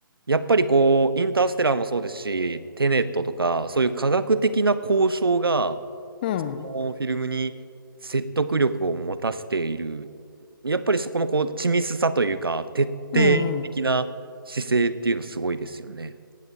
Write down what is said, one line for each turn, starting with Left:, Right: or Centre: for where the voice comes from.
Right: やっぱりこう、インターステラーもそうですし、テネットとか、そういう科学的な交渉が、
Left: うん。
Right: このフィルムに説得力を持たせている、やっぱりそこのこう、緻密さというか、徹底的な姿勢っていうのすごいですよね。
Left: うんうん。